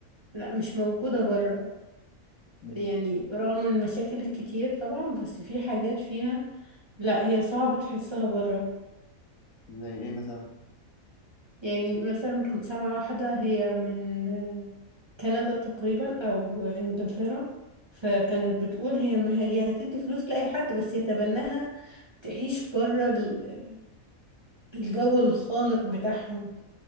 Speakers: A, on the right (about 25°); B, on the left (about 70°).
A: لا مش موجودة برا
B: مم.
A: يعني رغم المشاكل الكتير طبعا بس في حاجات فيها لا هي صعب تحسها برا
B: زي ايه مثلا
A: يعني مثلا كنت سامعة واحدة هي من آه، كندا تقريبا أو إنجلترا فكانت بتقول هي ما هي هتدي فلوس لأي حد بس يتبناها تعيش برا ال- الجو الخانق بتاعهم